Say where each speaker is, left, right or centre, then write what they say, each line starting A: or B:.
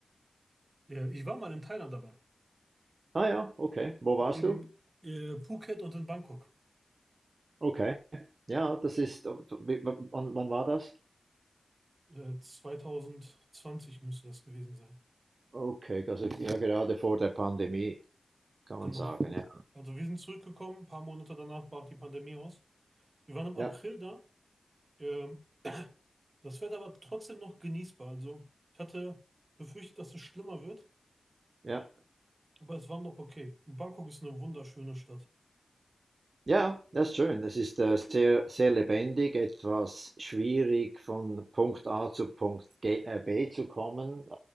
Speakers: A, on the right (about 45°); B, on the right (about 60°).
A: Ja, ich war mal in Thailand aber.
B: Ah ja, okay. Wo warst
A: In
B: du?
A: äh, Phuket und in Bangkok.
B: Okay. Ja, das ist, wie- wann, wann war das?
A: Äh, 2020 müsste das gewesen sein.
B: Okay, also ja, gerade vor der Pandemie, kann
A: Genau.
B: man sagen, ja.
A: Also wir sind zurückgekommen, ein paar Monate danach brach die Pandemie aus. Wir waren im
B: Ja,
A: April da. Ähm, das Wetter war trotzdem noch genießbar. Also ich hatte befürchtet, dass es schlimmer wird,
B: ja.
A: aber es war noch okay. Und Bangkok ist eine wunderschöne Stadt.
B: Ja, das ist schön. Das ist äh, sehr, sehr lebendig, etwas schwierig von Punkt A zu Punkt G, äh, B zu kommen, äh,